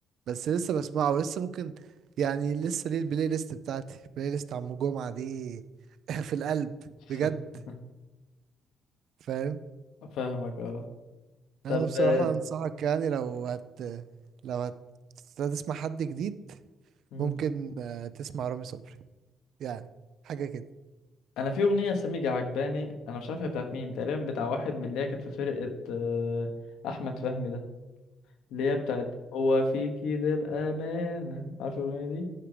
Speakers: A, on the right (about 70°); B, on the left (about 85°).
A: بس لسه بسمعه ولسه ممكن يعني لسه ليه البلاي ليست بتاعتي البلاي ليست عم جمعه دي <laughs> في القلب
B: <laughs>
A: بجد فاهم
B: فاهمك اه
A: انا
B: طب
A: بصراحه
B: آه،
A: انصحك يعني لو هت لو هت هتسمع حد جديد
B: مم.
A: ممكن آه، تسمع رامي صبري يعني حاجه كده
B: انا في اغنيه سميجة عجباني انا مش عارف هي بتاعت مين تقريبا بتاع واحد من اللي هي كانت في فرقه آه، احمد فهمي ده اللي هي بتاعت هو في كده بامانه عارف الاغنيه دي